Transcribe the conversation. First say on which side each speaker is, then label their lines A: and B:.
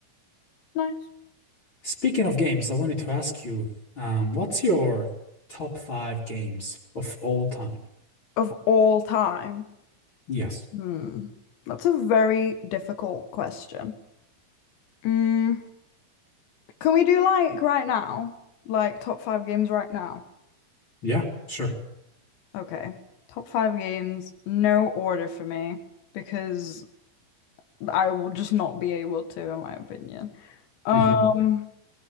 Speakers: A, on the left (about 80°); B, on the left (about 30°).
A: Nice.
B: Speaking of games, I wanted to ask you, um, what's your top five games of all time?
A: Of all time.
B: Yes.
A: Hmm. That's a very difficult question. Mm. Can we do like right now? Like top five games right now?
B: Yeah, sure.
A: Okay. Top five games, no order for me because I will just not be able to, in my opinion. Um,
B: hmm